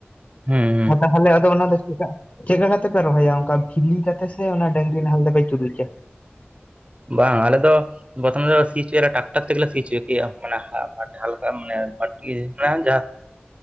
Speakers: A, on the right; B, on the left.
A: ᱦᱩᱸ ᱦᱩᱸ
B: ᱚ ᱛᱟᱦᱚᱞᱮ ᱟᱫᱚ ᱚᱱᱟ ᱫᱚ ᱪᱮᱫᱟᱜ ᱼᱼ ᱪᱮᱫ ᱞᱮᱠᱟ ᱠᱟᱛᱮ ᱯᱮ ᱨᱚᱦᱚᱭᱟ ᱚᱱᱠᱟ ᱵᱷᱤᱞᱤ ᱠᱟᱛᱮ ᱥᱮ ᱚᱱᱟ ᱰᱟᱝᱨᱤ ᱱᱟᱞᱮᱞ ᱛᱮᱯᱮ ᱪᱩᱨᱩᱡᱟ?
A: ᱵᱟᱝ ᱟᱞᱮ ᱫᱚ ᱯᱚᱨᱚᱛᱷᱚᱢ ᱫᱚ ᱥᱤ ᱦᱚᱪᱚᱭᱟᱞᱮ ᱴᱟᱠᱴᱟᱨ ᱛᱮᱜᱮ ᱥᱤ ᱦᱚᱪᱚᱭ ᱜᱮᱭᱟ ᱼᱼ ᱦᱟᱞᱠᱟ ᱢᱟᱱᱮ <unintelligible> ᱡᱟᱦᱟ